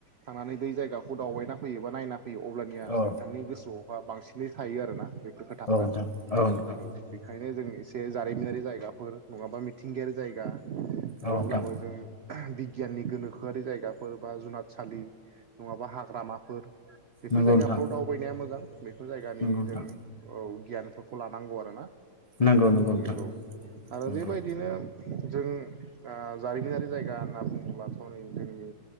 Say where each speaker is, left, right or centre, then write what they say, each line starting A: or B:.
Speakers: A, on the right; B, on the left.
A: थानानै बै जायगाखौ दावबायना फैयोबा नायना फैयो अब्लानिया
B: औ
A: नोंथांनि गोसोआव बा बांसिनै थायो आरोना बेफोर खोथाफोरा
B: औ नोंथां
A: औ
B: नोंथां
A: बे ओंखायनो जों एसे जारिमिनारि जायगाफोर नङाबा मिथिंगायारि जायगा नङाब्लाबो
B: औ नोंथां
A: जों बिगियाननि गोनोखोआरि जायगाफोर बा जुनादसालि नङाबा हाग्रामाफोर बेफोर
B: नंगौ
A: जायगाफ्राव
B: नोंथां
A: दावबायनाया मोजां बेखौ जायगानि
B: नंगौ नोंथां
A: जों औ गियानफोरखौ लानांगौ आर ना
B: नंगौ नोंथां
A: नंगौ आरो
B: नंगौ
A: बेबायदिनो जों ओ जारिमिनारि जायगा होनना बुङोब्लाथ' नै जोंनि